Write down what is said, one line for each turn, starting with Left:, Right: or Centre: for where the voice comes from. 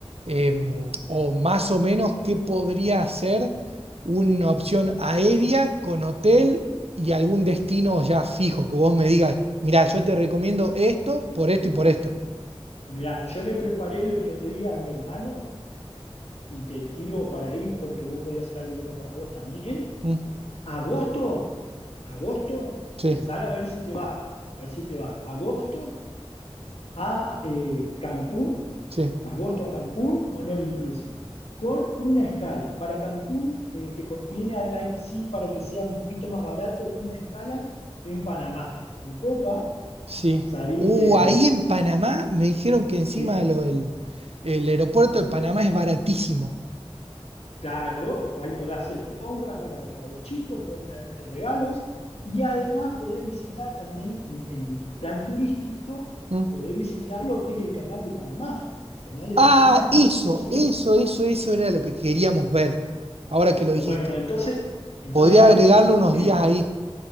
Right: eh, o más o menos qué podría ser una opción aérea con hotel y algún destino ya fijo? Que vos me digas, mirá, yo te recomiendo esto por esto y por esto.
Left: Mirá, yo le preparé el otro día a mi hermano y te tiro para ahí porque vos podés hacer algo bueno para vos también.
Right: Mm,
Left: Agosto, agosto,
Right: sí,
Left: pensalo a ver si te va, a ver si te va. Agosto a eh, Cancún,
Right: sí,
Left: agosto a Cancún, o no all inclusive, con una escala. Para Cancún eh, te conviene, hay, hay que sí, para que sea un poquito más barato, una escala en Panamá. Con Copa
Right: sí.
Left: salís
Right: Uh,
Left: desde,
Right: ahí en Panamá me dijeron que encima
Left: de-
Right: de lo del el aeropuerto de Panamá es baratísimo.
Left: claro, ahí podés hacer compras para, para los chicos, podés traerte regalos y además podés visitar también en, en el plan turístico,
Right: Mm.
Left: podés visitar lo que es el canal de Panamá. El canal de
Right: Ah,
Left: Panamá es muy
Right: eso,
Left: famoso
Right: eso, eso, eso era lo que queríamos ver, ahora que lo
Left: Bueno,
Right: dijiste.
Left: entonces, entonces
Right: Podría
Left: vos
Right: agregarle
Left: decís,
Right: unos
Left: eh,
Right: días ahí.